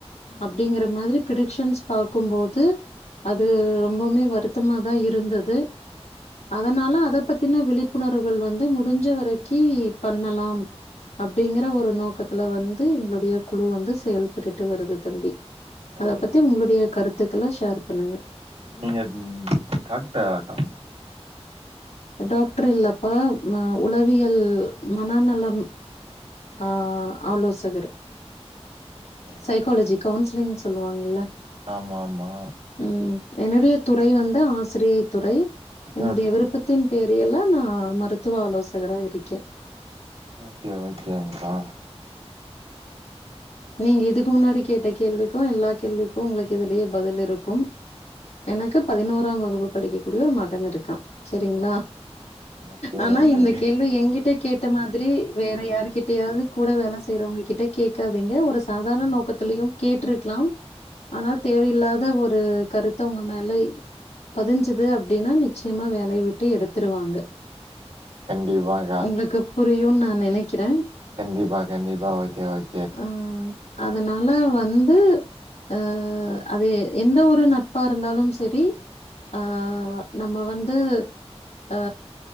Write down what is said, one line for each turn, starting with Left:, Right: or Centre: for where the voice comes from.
Right: ம்
Left: அப்டிங்கற மாதிரி ப்ரிடிக்ஷன்ஸ் பாக்கும்போது அது ரொம்பவுமே வருத்தமாதா இருந்தது அதனால அத பத்தின விழிப்புணர்வுகள் வந்து முடிஞ்ச வரைக்கி பண்ணலாம் அப்டிங்கற ஒரு நோக்கத்துல வந்து எங்ளுடைய குழு வந்து செயல்பட்டுட்டு வருது தம்பி
Right: கண்டிப்
Left: அத பத்தி உங்ளுடைய கருத்துக்கள ஷேர் பண்ணுங்க
Right: நீங்க உம் டாக்டரா அக்கா
Left: டாக்ட்ர் இல்லப்பா உளவியல் மனநலம் ஆ ஆலோசகர்
Right: ஓகே
Left: சைக்காலஜி
Right: ஓகே
Left: கவுன்ஸ்லிங் சொல்லுவாங்கல்ல
Right: ஆமா ஆமா
Left: உம் என்னுடைய துறை வந்து ஆசிரியை துறை என்னுடைய
Right: ம்
Left: விருப்பத் தின் பேரியல்ல நா மருத்துவ ஆலோசகரா இருக்கே
Right: ஓகே ஓகேங்க்கா
Left: நீங்க இதுக்கு முன்னாடி கேட்ட கேள்விக்கோ எல்லா கேள்விக்கோ உங்ளுக்கு இதுலேயே பதில் இருக்கும் எனக்கு பதினோராம் வகுப்பு படிக்க கூடிய ஒரு மகன் இருக்கா சரிங்ளா
Right: ஓகே
Left: ஆனா
Right: ஓகே
Left: இந்த கேள்வி எங்கிட்ட கேட்ட மாதிரி வேற யாருகிட்டயாவது கூட வேல செய்றவங்க கிட்ட கேக்கா நீங்க ஒரு சாதாரண நோக்கத்திலயும் கேட்ருக்லாம் ஆனா தேவயில்லாத ஒரு கருத்த உங்க மேலை பதிஞ்சுது அப்டின்னா நிச்சயமா வேலய விட்டு எடுத்துருவாங்க
Right: கண்டிப்பாக்கா
Left: உங்களுக்கு புரியு நா நெனைக்கிறே
Right: கண்டிப்பா கண்டிப்பா ஓகே ஓக்
Left: ம் அதனால வந்து அ அது எந்த ஒரு நட்பா இருந்தாலும் செரி அ நம்ம வந்து அ